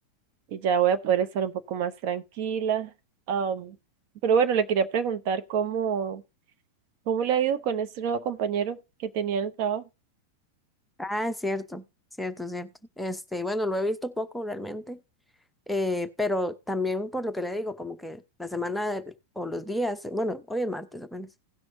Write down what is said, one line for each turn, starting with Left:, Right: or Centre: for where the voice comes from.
Right: y ya voy a poder estar un poco más tranquila. Am, pero bueno, le quería preguntar cómo, cómo le ha ido con este nuevo compañero que tenía en el trabajo.
Centre: Ah, es cierto, cierto, cierto. Este, bueno, lo he visto poco realmente, eh, pero también por lo que le digo, como que la semana de- o los días, bueno, hoy es martes apenas.